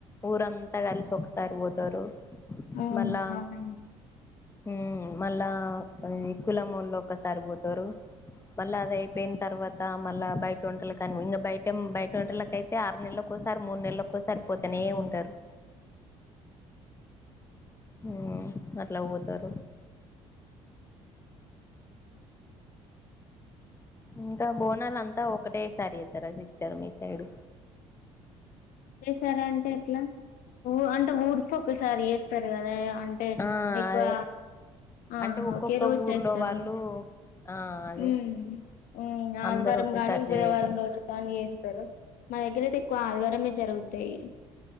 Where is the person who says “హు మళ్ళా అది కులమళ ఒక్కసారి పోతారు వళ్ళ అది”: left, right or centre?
Left